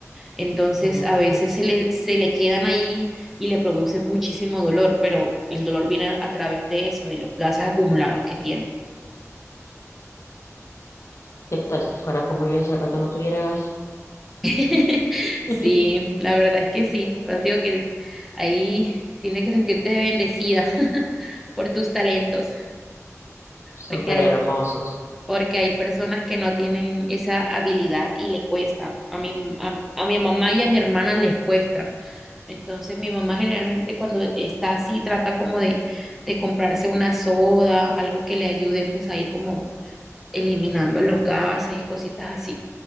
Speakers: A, in the centre; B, on the left.
A: Entonces,
B: Imagínate.
A: a veces se le, se le quedan ahí y le produce muchísimo dolor, pero el dolor viene a, a través de eso, de los gases acumulados que tiene.
B: ¿Qué tal si fuera como yo hace rato no tuviera gas?
A: <laughs> Sí,
B: <laughs>
A: la verdad es que sí, pero te digo que ahí tienes que sentirte bendecida <laughs> por tus talentos.
B: Súper
A: porque hay,
B: hermosos.
A: porque hay personas que no tienen esa habilidad y le cuesta. A mi, a, a mi mamá y a mi hermana les cuesta. Entonces mi mamá generalmente cuando está así trata como de, de comprarse una soda, algo que le ayude pues a ir como eliminando los gases y cositas así,